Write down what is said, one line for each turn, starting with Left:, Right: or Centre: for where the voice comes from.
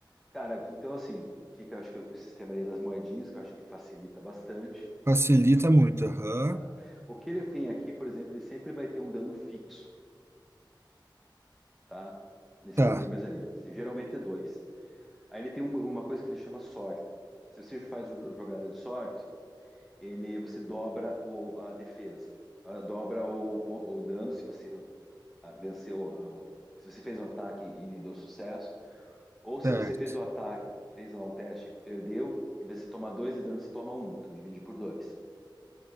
Centre: cara, então assim, fica acho que com o sistema ali das moedinhas, que eu acho que facilita bastante,
Right: Facilita
Centre: né,
Right: muito, aham.
Centre: tá? O que ele tem aqui, por exemplo, ele sempre vai ter um dano fixo, tá? Nesses
Right: Tá,
Centre: livros ali, geralmente é dois. Aí ele tem um- uma coisa que ele chama sorte. Se você faz uma jogada de sorte, ele você dobra o- a defesa, Ah, dobra o, pon- o dano se você ah, venceu, ah, o- se você fez o ataque e deu sucesso, ou se
Right: certo.
Centre: você fez o ataque, fez lá um teste e perdeu, em vez de tomar dois de dano, você toma um, então divide por dois,